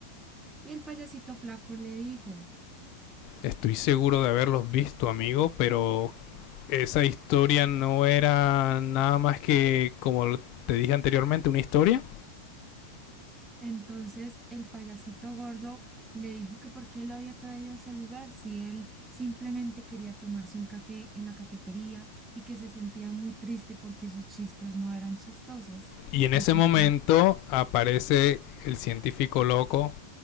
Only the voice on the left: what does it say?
Estoy seguro de haberlos visto, amigo, pero esa historia no era nada más que, como te dije anteriormente, una historia.
Y en
ese momento
aparece el científico loco